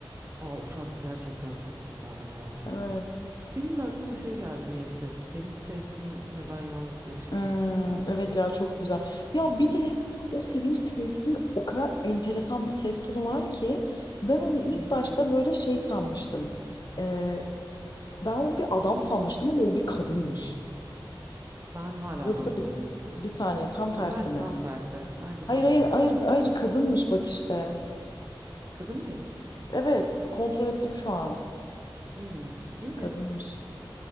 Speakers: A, on the right; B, on the left.
A: Aa o şarkı gerçekten çok güzel ya.
B: Evet.
A: Benim de aklıma şey geldi niyeyse. Sevinç Tevsin ve Ben Yalnız diye bir şarkısı
B: Hmm,
A: var ya.
B: evet ya çok güzel. Ya bir de o Sevinç Tevsin o kadar enteresan bir ses tonu var ki ben onu ilk
A: Hı hı.
B: başta böyle şey sanmıştım. Ee, ben onu bir adam sanmıştım ama o bir kadınmış.
A: Ben hala
B: Yoksa
A: adam sanıyordum.
B: bir, bir saniye tam
A: Ta-
B: tersi
A: Bence
B: mi?
A: tam tersi. Bence
B: Hayır
A: tam
B: hayır
A: tersi.
B: hayır hayır kadınmış bak işte.
A: Kadın mıymış?
B: Evet kontrol ettim şu an.
A: Hmm, iyi.
B: Kadınmış.